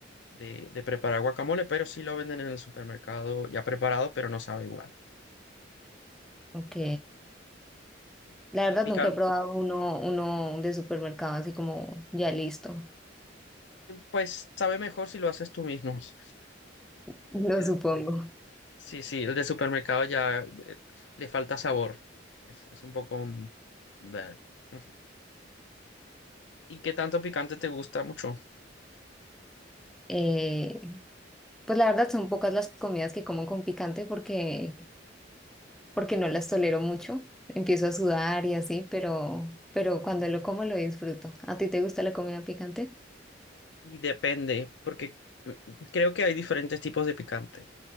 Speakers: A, on the left; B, in the centre.
A: de, de preparar guacamole, pero sí lo venden en el supermercado ya preparado, pero no sabe igual.
B: Ok.
A: Sí.
B: La verdad,
A: Y picante,
B: nunca he probado uno, uno de supermercado así como ya listo,
A: pues sabe mejor si lo haces tú mismo. <laughs>
B: <laughs> lo
A: Eh,
B: supongo.
A: sí, sí, el de supermercado ya eh, le falta sabor. Es, es un poco... mm, bleh. <laughs> ¿Y qué tanto picante te gusta mucho?
B: Eh, pues la verdad son pocas las comidas que como con picante porque, porque no las tolero mucho. Empiezo a sudar y así, pero, pero cuando lo como lo disfruto. ¿A ti te gusta la comida picante?
A: Y depende, porque mm, creo que hay diferentes tipos de picante.